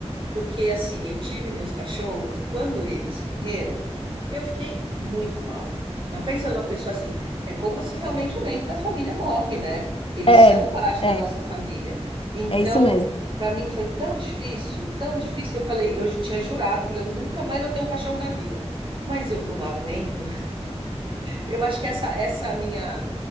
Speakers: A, on the right (about 50°); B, on the left (about 55°).
A: Porque assim, eu tive meus cachorros e quando eles morreram, eu fiquei muito mal. Mas pensa numa pessoa assim, é como se realmente um membro da família morre, né? Eles
B: É,
A: são parte
B: é,
A: da nossa família. Então,
B: é isso mesmo.
A: para mim foi tão difícil, tão difícil que eu falei, eu tinha jurado, eu falei, eu nunca mais vou ter um cachorro na vida. Mas eu não aguento. Eu acho que essa essa minha